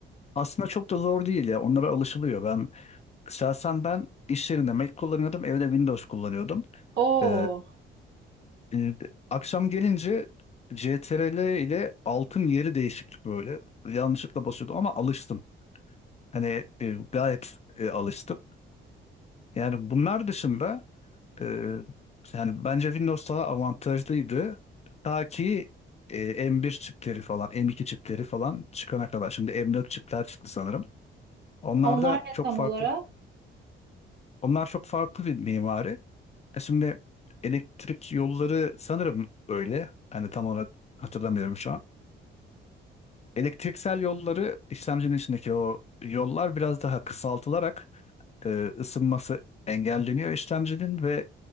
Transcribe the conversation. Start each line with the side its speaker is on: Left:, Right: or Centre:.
Left: Aslında çok da zor değil ya. Onlara alışılıyor. Ben şahsen ben iş yerinde Mac kullanıyordum. Evde Windows kullanıyordum.
Right: Oo,
Left: E, E, akşam gelince CTRL ile altın yeri değişikti böyle. Yanlışlıkla basıyordum ama alıştım. Hani e, gayet e, alıştım. Yani bunlar dışında e, yani bence Windows daha avantajlıydı. Ta ki e, M1 çipleri falan, M2 çipleri falan çıkana kadar. Şimdi M4 çipler çıktı sanırım. Onlar
Right: onlar
Left: da
Right: ne
Left: çok
Right: tam
Left: farklı.
Right: olarak?
Left: Onlar çok farklı bir mimari. E şimdi elektrik yolları sanırım öyle. Hani tam olarak hatırlamıyorum şu an. Elektriksel yolları işlemcinin içindeki o yollar biraz daha kısaltılarak e, ısınması engelleniyor işlemcinin ve